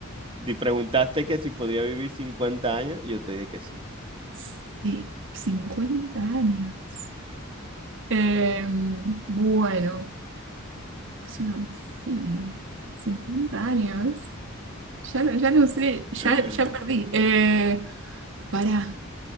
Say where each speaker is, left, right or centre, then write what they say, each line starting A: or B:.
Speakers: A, on the right (about 25°); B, on the right (about 60°).
A: Te preguntaste que si podía vivir 50 años y yo te dije que sí.
B: Sí, 50 años. Eh, bueno, es un anfibio. cincuenta años. Ya, no- ya no sé, ya,
A: <laughs>
B: ya perdí. Eh, pará,